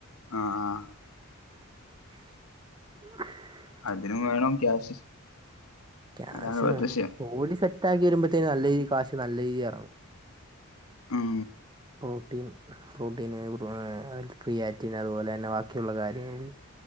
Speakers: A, on the left; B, on the right.
A: ആഹ് ആഹ്
B: ആഹ്
A: അതിനും വേണം ക്യാഷ്
B: ക്യാഷ്
A: അതാണ് ഇവിടുത്തെ വിഷയം
B: ബോഡി സെറ്റ് ആക്കി വരുമ്പോത്തേും നല്ല രീതി കാശ് നല്ല രീതി എറങ്ങും
A: ഉം
B: ഓഹ് പ്രോട്ടീൻ പ്രോട്ടീന് ക്രിയാറ്റിൻ അതുപോലെന്നെ ബാക്കിയുള്ള കാര്യങ്ങള്